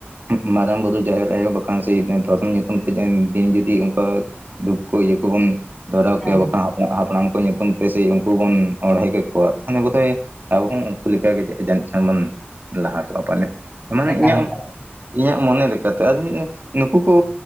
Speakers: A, on the right; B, on the left.
A: ᱢᱟᱨᱟᱝ ᱵᱩᱨᱩ ᱡᱟᱦᱮᱨ ᱟᱭᱳ ᱵᱟᱠᱷᱟᱱ ᱥᱮ ᱫᱷᱚᱨᱚᱢ ᱧᱩᱛᱩᱢ ᱛᱮ ᱫᱤᱱ ᱡᱩᱫᱤ ᱚᱱᱠᱟᱼᱼ ᱫᱷᱩᱯ ᱠᱚ ᱤᱭᱟᱹ ᱠᱚᱵᱚᱱ ᱫᱷᱚᱨᱟᱣ ᱠᱮᱭᱟ,
B: ᱦᱮᱸ
A: ᱵᱟᱠᱷᱟᱱᱼᱼ <unintelligible> ᱦᱟᱯᱲᱟᱢ ᱠᱚ ᱧᱩᱛᱩᱢ ᱛᱮ ᱥᱮ ᱩᱱᱠᱩ ᱵᱚᱱ ᱚᱬᱦᱮᱸ ᱠᱮ ᱠᱚᱣᱟ ᱛᱟᱦᱞᱮ ᱵᱚᱫᱷᱚᱭ ᱟᱵᱚ ᱦᱚᱸᱼᱼ ᱩᱱᱠᱩ ᱞᱮᱠᱟᱜᱮ ᱡᱟᱹᱱᱤᱡ ᱠᱷᱟᱱ ᱵᱚᱱ ᱞᱟᱦᱟ ᱠᱚᱜᱼᱟ ᱯᱟᱞᱮ ᱢᱟᱱᱮ
B: ᱮᱠᱟᱞ
A: ᱤᱧᱟᱹᱜᱼᱼ
B: ᱮᱠᱟᱞ
A: ᱤᱧᱟᱹᱜ ᱢᱚᱱᱮ ᱞᱮᱠᱟ ᱛᱮ ᱟᱫᱚ <unintelligible> ᱱᱩᱠᱩ ᱠᱚᱼᱼ